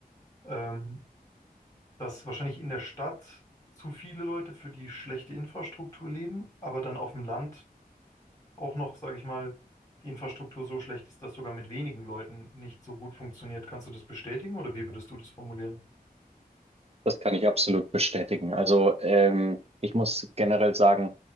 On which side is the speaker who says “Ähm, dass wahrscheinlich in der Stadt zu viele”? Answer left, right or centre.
Left